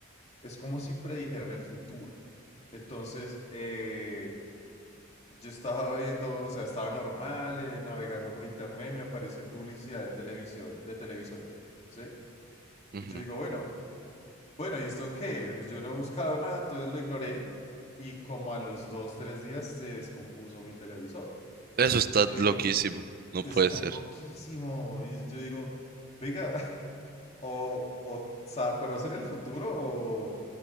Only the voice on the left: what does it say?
Es como si predijeran el futuro. Entonces, eh, yo estaba viendo, o sea, estaba normal, eh, navegando por internet, me aparece publicidad de televisores, de televisores, ¿sí?
Y yo digo, bueno, bueno, ¿y esto qué? Pues Yo no he buscado nada, entonces lo ignoré. Y como a los dos, tres días se descompuso mi televisor.
Y yo digo,
Está
loquísimo. Y yo digo, venga, <laughs> o, o sea, ¿conocen el futuro o,